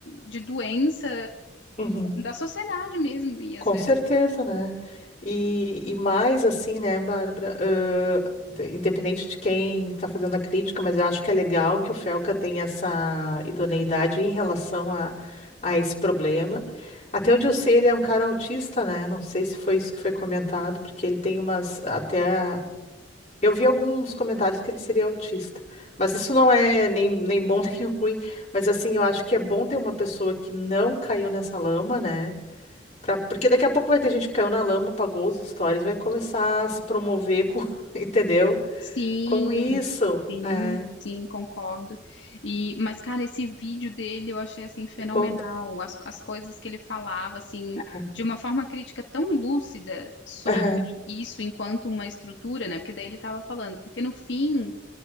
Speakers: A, on the left; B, on the left.
A: de doença
B: Uhum.
A: da sociedade mesmo. E às
B: Com
A: vezes
B: certeza, né? E, e mais assim, né, Bárbara? ãh, de- independente de quem está fazendo a crítica, mas eu acho que é legal que o Felca tenha essa idoneidade em relação a, a esse problema. Até onde eu sei, ele é um cara autista, né? Não sei se foi isso que foi comentado, porque ele tem umas até. Eu vi alguns comentários que ele seria autista, mas isso não é nem, nem bom <laughs> nem ruim. Mas assim, eu acho que é bom ter uma pessoa que não caiu nessa lama, né? Pra- Porque daqui a pouco vai ter gente que caiu na lama, apagou os stories, vai começar a se promover com, <laughs> entendeu?
A: Sim,
B: Com isso.
A: sim,
B: É,
A: sim, concordo. E, mas, cara, esse vídeo dele eu achei assim fenomenal.
B: me conta.
A: As, as coisas que ele falava, assim,
B: Aham.
A: de uma forma crítica tão lúcida sobre
B: Aham.
A: isso enquanto uma estrutura, né? Porque daí ele estava falando, porque no fim